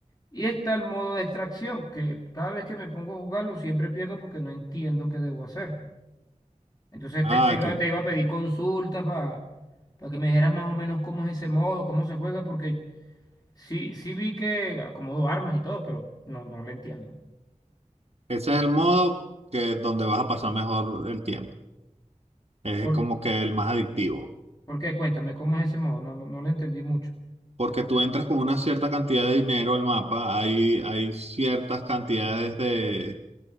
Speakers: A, on the left; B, on the right.
A: Y está el modo de extracción, que cada vez que me pongo a jugarlo siempre pierdo porque no entiendo qué debo hacer. Entonces
B: Ah,
A: te, te iba,
B: que
A: te iba a pedir consultas para que me dijeras más o menos cómo es ese modo, cómo se juega, porque sí, sí vi que acomodó armas y todo, pero no, no le entiendo.
B: ese es el modo que donde vas a pasar mejor el tiempo. Es
A: ¿Por,
B: como que el más adictivo.
A: por qué? Cuéntame, ¿cómo es ese modo? No, lo- no, le entendí mucho.
B: Porque tú entras con una cierta cantidad de dinero al mapa, hay, hay ciertas cantidades de,